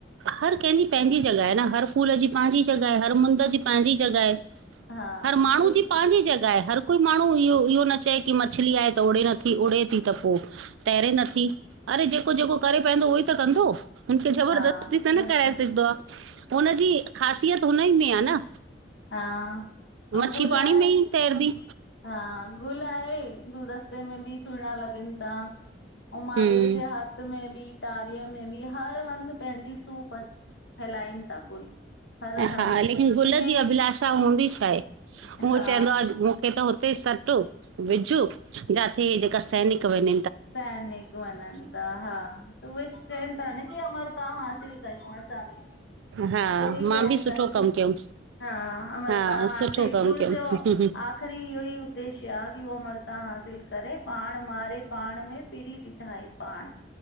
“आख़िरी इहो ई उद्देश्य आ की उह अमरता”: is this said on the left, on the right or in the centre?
Left